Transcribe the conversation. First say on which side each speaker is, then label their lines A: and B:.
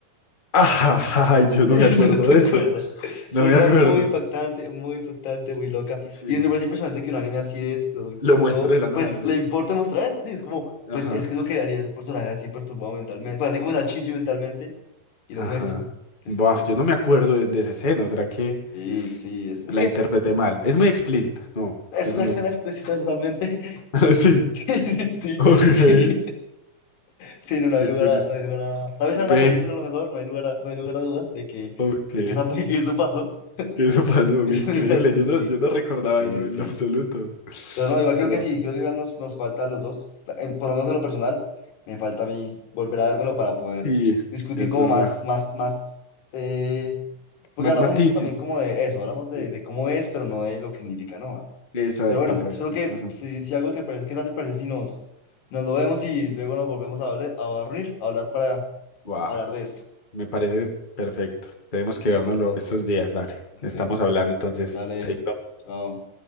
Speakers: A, on the left (about 35°); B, on the left (about 75°).
A: Ajá, ajá, yo no
B: No
A: me acuerdo
B: te
A: de
B: acuerdas.
A: eso,
B: Es
A: no
B: una
A: me
B: escena
A: acuerdo.
B: muy impactante, muy impactante, muy loca.
A: Sí,
B: Y me parece impresionante que un anime así de desprolijo
A: lo muestro
B: todo,
A: de la nada
B: pues
A: eso.
B: le importa mostrar eso, sí. Es como,
A: Ajá,
B: pues es que es lo que haría el personaje así perturbado mentalmente. Pues así como está Shinji mentalmente, y lo
A: ajá.
B: muestran. Es
A: Buah,
B: muy loco.
A: yo no me acuerdo de, de esa escena, ¿será que...?
B: Sí, sí, es, es
A: La
B: que
A: interpreté mal. Es muy explícita. No,
B: es
A: eso
B: la
A: no.
B: escena explícita totalmente. <laughs>
A: <laughs> Ah, Sí.
B: Sí, sí,
A: Ok.
B: sí, sí, Sí, no, no
A: Qué
B: hay lugar
A: curioso.
B: a, no hay lugar a- Tal vez
A: Ve.
B: en una película a lo mejor, no hay lugar a, no hay lugar a duda de que,
A: Ok.
B: de que, esa- <laughs> que eso pasó.
A: ¿Qué eso pasó?
B: <laughs> Es
A: Increíble.
B: muy gracioso,
A: Yo no,
B: sí.
A: yo no recordaba
B: Sí,
A: eso
B: sí, sí.
A: en lo absoluto.
B: Pero no, igual creo
A: Wow.
B: que sí, creo que igual nos, nos falta a los dos, en- por lo menos en lo personal, me falta a mí volver a vérmelo para poder
A: Sí,
B: discutir
A: es
B: como
A: verdad.
B: más, más, más, eh, porque
A: Más
B: hablamos
A: matices.
B: mucho también como de eso, hablamos de,
A: Sí.
B: de cómo es, pero no de lo que significa, ¿no?
A: Exacto,
B: Pero bueno,
A: exacto.
B: espero
A: Tienes
B: que
A: razón.
B: si, si algo te parece, ¿qué tal te parece si nos, nos lo vemos y luego nos volvemos a, hable- a reunir, a hablar para
A: Wow.
B: hablar de esto?
A: Me parece perfecto. Tenemos que
B: Listo,
A: vernoslo
B: listo,
A: estos días, dale.
B: perfecto.
A: Estamos hablando entonces.
B: Dale,
A: Chaito.
B: chao.